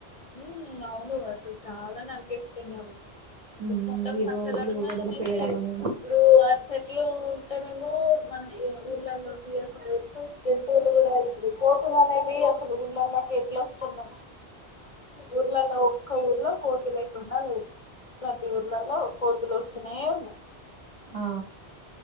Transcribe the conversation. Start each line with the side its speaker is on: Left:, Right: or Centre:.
Left: ఉ అవును అసలు చాలా నరికేస్తున్నారు
Right: ఉమ్
Left: మొత్తం
Right: ఈ
Left: పచ్చదనం
Right: రోడ్లు వెడల్పు
Left: అనేది
Right: చేయడం
Left: లేదు
Right: అనేది
Left: ఇప్పుడు చెట్లు ఉంటేేమో మనకి ఊర్లలో అసలు జంతువులు కూడా కోతులనేవి ఊళ్ళల్లోకి ఎట్లా వస్తున్నాయి ఊర్లలో ఒక్క ఊర్లో కోతి లేకుండా లేదు ప్రతి ఊర్లలో కోతులు వస్తనే ఉన్నాయి
Right: ఆ